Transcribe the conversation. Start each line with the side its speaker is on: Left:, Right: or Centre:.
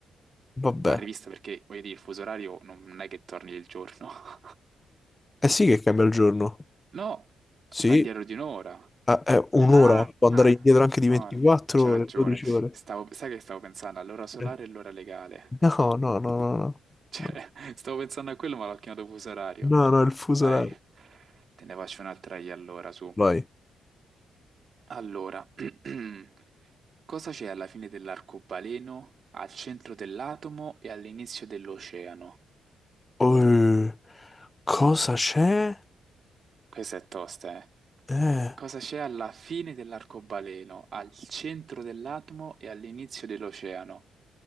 Left: Vabbè,
Right: va rivista perché, voglio dire, il fuso orario non non è che torni il giorno. <laughs>
Left: eh sì che cambia il giorno.
Right: No,
Left: Sì,
Right: va indietro di un'ora.
Left: ah, è un'ora,
Right: Ah,
Left: può andare
Right: ah,
Left: indietro anche
Right: no,
Left: di 24
Right: c'è
Left: ore,
Right: ragione.
Left: 12 ore.
Right: Stavo- sai che stavo pensando all'ora solare
Left: Eh,
Right: e l'ora legale.
Left: No, no, no, no, no,
Right: Cioè,
Left: no,
Right: <laughs> stavo pensando a quello, ma l'ho chiamato fuso orario.
Left: no, no, il fuso
Right: Dai,
Left: orario.
Right: te ne faccio un'altra io allora, su.
Left: Vai.
Right: Allora, <clears throat> cosa c'è alla fine dell'arcobaleno, al centro dell'atomo e all'inizio dell'oceano?
Left: Eh, cosa c'è?
Right: Questa è tosta, eh.
Left: Eh,
Right: Cosa c'è alla fine dell'arcobaleno, al centro dell'atomo e all'inizio dell'oceano?